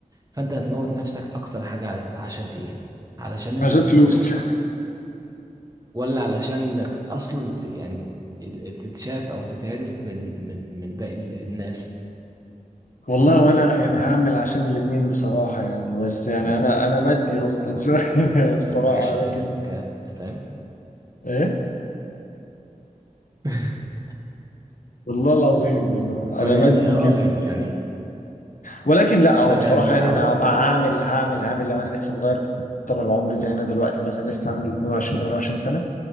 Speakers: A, on the right; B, on the left.
A: فانت هتموت نفسك اكتر حاجة على- عشان ايه علشان ال-
B: عشان
A: الفلوس
B: فلوس <laughs>
A: ولا علشان انك اصلا ت- يعني ال- تتشاف او تتعرف من من من باقي ال- الناس
B: والله وانا يعني هعمل عشان الاتنين بصراحة يعني بس يعني انا انا مادي اصلا <laughs> شوية بصراحة
A: وباقي الشركات
B: لكن
A: فاهم
B: ايه
A: <laughs>
B: والله العظيم يعني
A: وانا
B: انا مادي
A: يعني اه
B: جدا
A: يعني يعني
B: ولكن لا هو
A: طب
B: بصراحة
A: يعني
B: يعني
A: عرفني
B: انا هبقى هعمل
A: بس
B: هعمل هعمل لو انا لسه صغير في طب العمر زي انا دلوقتي مثلا لسه عندي 22 23 سنة